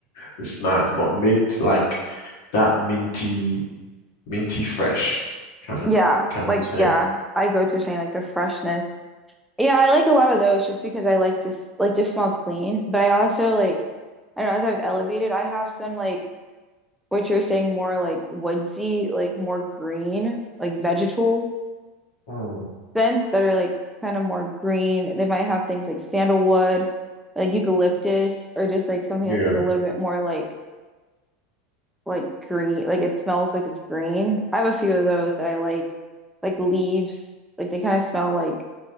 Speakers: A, on the left; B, in the centre.
A: the snack, but mint like that minty minty fresh kind of
B: Yeah,
A: kind
B: like
A: of scent.
B: yeah, I go to saying like the freshness Yeah, I like a lot of those just because I like to s- like just smell clean, but I also like I don't know, as I've elevated, I have some like what you're saying more like woodsy, like more green, like vegetal
A: Mm,
B: scents that are like kind of more green. They might have things like sandalwood, like eucalyptus, or just like something
A: yeah,
B: that's like a little bit more like like green, like it smells like it's green. I have a few of those that I like, like leaves, like they kind of smell like